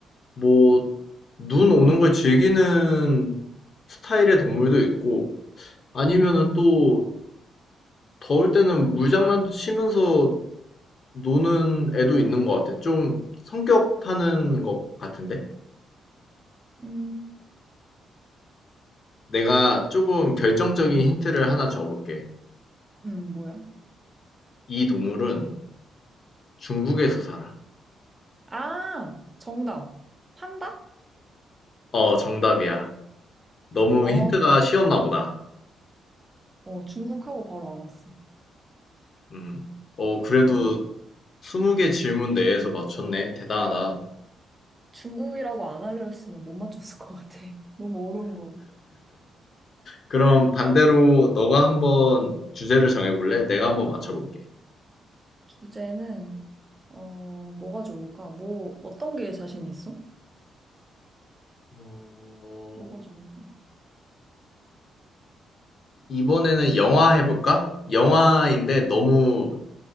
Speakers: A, on the left; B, on the right.
A: 뭐, 눈 오는 걸 즐기는 스타일의 동물도 있고, 아니면은 또, 더울 때는 물장난도 치면서 노는 애도 있는 것 같아. 좀 성격 타는 것 같은데?
B: 음,
A: 내가 조금 결정적인 힌트를 하나 줘볼게.
B: 음, 뭐야?
A: 이 동물은 중국에서 살아.
B: 아, 정답. 판다?
A: 어, 정답이야. 너무
B: 어,
A: 힌트가 쉬웠나 보다.
B: 어, 중국하고 바로 알았어.
A: 음. 어, 그래도
B: 너무,
A: 20개
B: 음.
A: 질문 내에서 맞췄네. 대단하다.
B: 중국이라고 안 알려줬으면 못 맞췄을 것 같아. <laughs> 너무 어려운 것 같아.
A: 그럼 반대로 너가 한번 주제를 정해볼래? 내가 한번 맞춰볼게.
B: 주제는, 어, 뭐가 좋을까? 뭐, 어떤 게 자신 있어?
A: 어,
B: 뭐가 좋을까?
A: 이번에는 영화 해볼까? 영화인데 너무